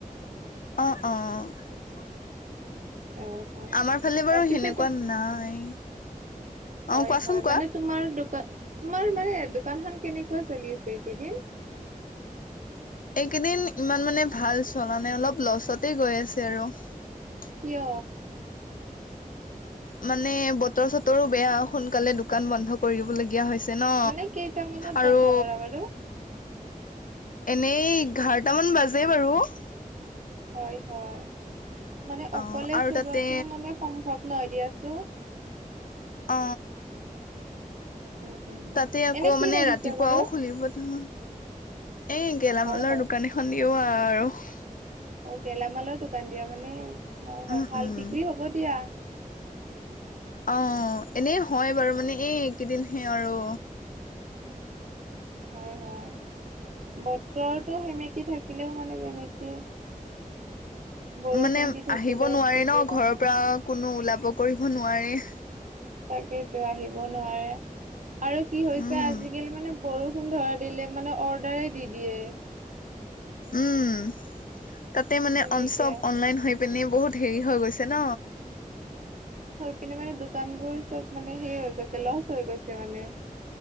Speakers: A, on the left; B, on the right.
A: অ অ <unintelligible>
B: অ হয়
A: আমাৰ ফালে বাৰু
B: পিছে
A: সেনেকুৱা
B: তুম
A: নাই,
B: হয়
A: অ', কোৱাচোন
B: হয়
A: কোৱা।
B: মানে তোমাৰ দোকান <unintelligible> তোমাৰ মানে দোকান খন কেনেকুৱা চলি আছে একেইদিন।
A: এইকেইদিন ইমান মানে ভাল চলা নাই অলপ লছতে গৈ আছে আৰু <unintelligible>
B: কয়।
A: মানে বতৰ চতৰো বেয়া সোনকালে দোকান বন্ধ কৰি দিবলগীয়া হৈছে। ন
B: মানে কেইটামানত
A: আৰু
B: বন্ধ কৰা বাৰু?
A: এনেই এঘাৰটামান বাজে বাৰু <unintelligible>
B: হয় হয় মানে
A: অ
B: অকলে
A: আৰু
B: চলোৱাটো
A: তাতে
B: মানে সম্ভৱ নয় দি আছোঁ।
A: অ
B: উম উম
A: তাতে আকৌ
B: এনে কি
A: মানে
B: ৰাখিছে
A: ৰাতিপুৱাও
B: বাৰু
A: খুলিব নহয় এ গেলামালৰ
B: হয় হয়
A: দোকান এখন দিও আৰু আৰু <unintelligible>
B: অ গেলামালৰ দোকান দিয়া মানে, হয় হয়
A: উম
B: ভাল
A: উম।
B: বিক্ৰী হ'ব দিয়া।
A: অ এনেই হয় বাৰু, মানে এইকেইদিনহে আৰু।
B: হয় হয়। বতৰটো সিমেকি থাকিলেও মানে তেনেকে বৰষুণ
A: মানে
B: দি থাকিলে
A: আহিব নোৱাৰে
B: বিক্ৰী
A: ন
B: নহয়
A: ঘৰৰ পৰা কোনো ওলাব কৰিব নোৱাৰে।
B: তাকেইতো আহিব নোৱাৰে আৰু কি হৈছে
A: উম
B: আজিকালি মানে বৰষুণ ধৰা দিলে মানে অৰ্ডাৰে দি দিয়ে।
A: উম তাতে মানে
B: তেনেকে
A: অ চব অনলাইন হৈ পিনে বহুত হেৰি হৈ গৈছে ন।
B: কিন্তু মানে দোকানবোৰ চব মানে হেৰি হৈ গৈছে লচ হৈ গৈছে মানে।